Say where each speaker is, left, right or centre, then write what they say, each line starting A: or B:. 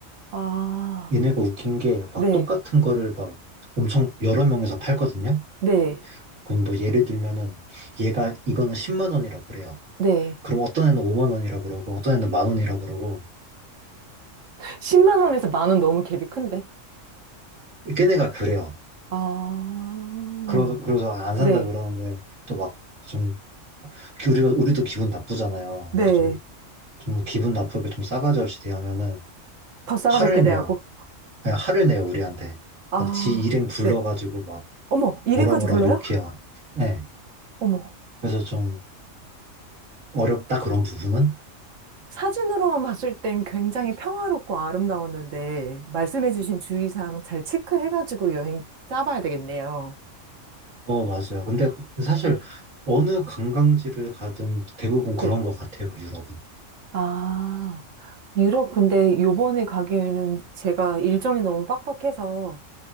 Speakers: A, on the right; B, on the right.
A: 아,
B: 얘네가 웃긴 게 막
A: 네.
B: 똑같은 거를 막 엄청 여러 명에서 팔거든요.
A: 네.
B: 그럼 뭐 예를 들면은 얘가 이거는 10만 원이라 그래요.
A: 네.
B: 그럼 어떤 애는 5만 원이라 그러고 어떤 애는 만 원이라 그러고
A: 10만 원에서 만 원 너무 갭이 큰데.
B: 걔네가 그래요.
A: 아,
B: 그러, 그래서 안 산다
A: 네,
B: 그러는데 또 막 좀 우리가 우리도 기분 나쁘잖아요.
A: 네.
B: 그래서 좀, 좀 기분 나쁘게 좀 싸가지 없이 대하면은
A: 더 싸가지
B: 화를
A: 없게 대하고.
B: 내요. 그냥 화를 내요, 우리한테.
A: 아,
B: 막 지 일행 불러가지고
A: 네.
B: 막
A: 어머, 이름까지
B: 뭐라 뭐라
A: 불러요?
B: 욕해요. 네.
A: 어머.
B: 그래서 좀 어렵다, 그런 부분은?
A: 사진으로만 봤을 땐 굉장히 평화롭고 아름다웠는데, 말씀해주신 주의사항 잘 체크해가지고 여행 짜봐야 되겠네요.
B: 어, 맞아요. 근데 사실
A: 네,
B: 어느 관광지를 가든 대부분 그런
A: 네.
B: 것 같아요, 유럽은.
A: 아, 유럽 근데 요번에 가기에는 제가 일정이 너무 빡빡해서,